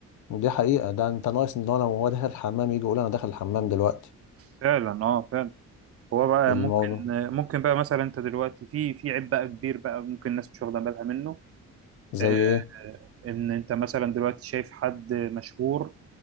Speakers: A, on the left; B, on the right.
A: دي حقيقة ده انت ناقص ان هو لو هو داخل الحمام يجي يقول انا داخل الحمام دلوقتي
B: فعلا اه فعلا هو بقى
A: الموضوع
B: ممكن ممكن بقى مثلا انت دلوقتي في في عيب بقى كبير بقى ممكن الناس مش واخدة بالها منه
A: زي
B: آه،
A: ايه
B: آه، ان انت مثلا دلوقتي شايف حد مشهور